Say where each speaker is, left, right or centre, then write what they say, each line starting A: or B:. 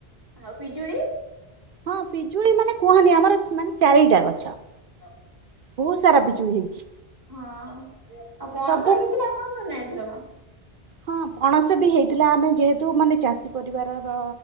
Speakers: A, on the right; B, on the right.
A: ଆଉ ପିଜୁଳି।
B: ହଁ ପିଜୁଳି ମାନେ କୁହନି ଆମର ମାନେ ଚାରିଟା ଗଛ।
A: ହଁ
B: ବହୁତ ସାରା ପିଜୁଳି ହେଇଛି।
A: ଆଉ ପଣସ
B: ସବୁ
A: ହେଇଥିଲା। ଆପଣଙ୍କ ନେ ଏଥରକ।
B: ହଁ ପଣସ ବି ହେଇଥିଲା ଆମେ ଯେହେତୁ ମାନେ ଚାଷୀ ପରିବାରର